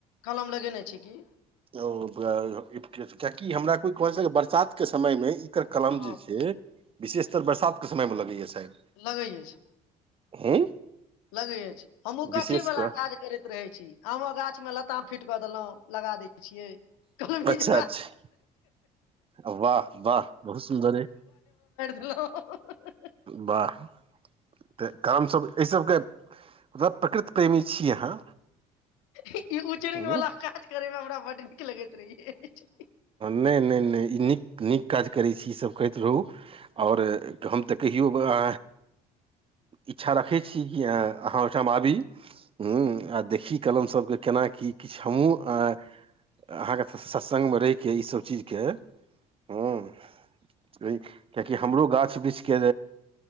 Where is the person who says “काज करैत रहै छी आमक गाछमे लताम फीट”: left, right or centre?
Left